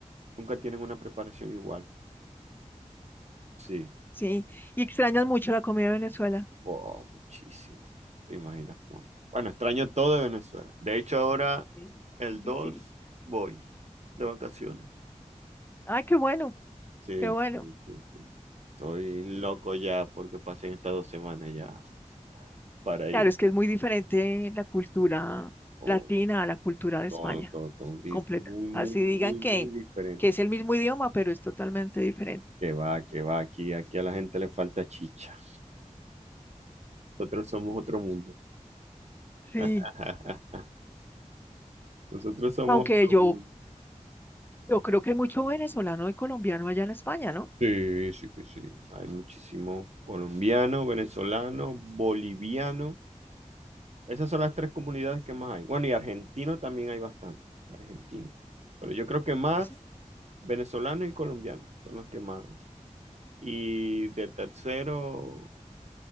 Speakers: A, on the right; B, on the left.
A: nunca tienen una preparación igual. Sí.
B: sí. Y extrañas mucho la comida de Venezuela.
A: Wow, muchísimo. ¿Te imaginas cuánto? Bueno, extraño todo de Venezuela. De hecho, ahora
B: Sí,
A: el
B: difícil.
A: 2 voy de vacaciones.
B: Ah, qué bueno,
A: Sí,
B: qué bueno.
A: sí, sí, sí. Estoy loco ya porque pasé estas dos semanas ya para
B: Claro,
A: ir.
B: es que es muy diferente la cultura
A: Oh,
B: latina a la cultura de
A: Todo,
B: España,
A: todo, todo un grito
B: completa.
A: muy, muy,
B: Así
A: muy,
B: digan que,
A: muy diferente.
B: que es el mismo idioma, pero es totalmente diferente.
A: Que va, que va, aquí, aquí a la gente le falta chicha. Nosotros somos otro mundo.
B: Sí.
A: <laughs> Nosotros somos
B: Aunque
A: otro
B: yo,
A: mundo.
B: yo creo que hay mucho venezolano y colombiano allá en España, ¿no?
A: Sí, sí que sí. Hay muchísimos colombianos, venezolanos, bolivianos. Esas son las tres comunidades que más hay. Bueno, y argentino también hay bastante. Argentino. Pero yo creo que más
B: No sé.
A: venezolanos y colombianos son los que más. Y de tercero,